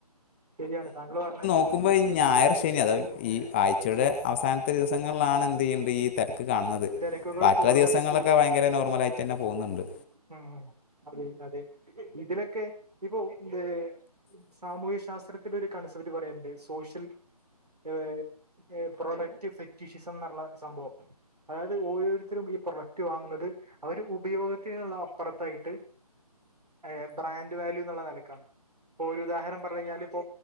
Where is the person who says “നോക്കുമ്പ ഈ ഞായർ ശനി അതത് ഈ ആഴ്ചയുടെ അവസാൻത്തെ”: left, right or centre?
Left